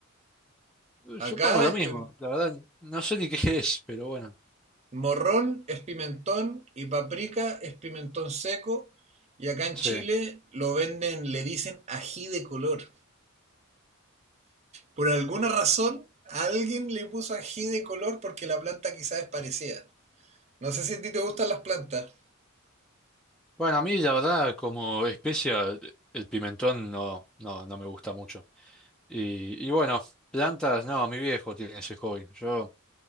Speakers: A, on the right; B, in the centre.
A: Acá
B: Supongo lo
A: es
B: mismo,
A: pim-
B: la verdad, no sé ni qué <laughs> es, pero bueno,
A: morrón es pimentón y paprika es pimentón seco. Y acá en
B: sí.
A: Chile lo venden, le dicen ají de color. Por alguna razón, alguien le puso ají de color porque la planta quizás es parecida. No sé si a ti te gustan las plantas.
B: Bueno, a mí la verdad como especia el pimentón no, no, no me gusta mucho. Y, y bueno, plantas, no, mi viejo tiene ese hobby. Yo,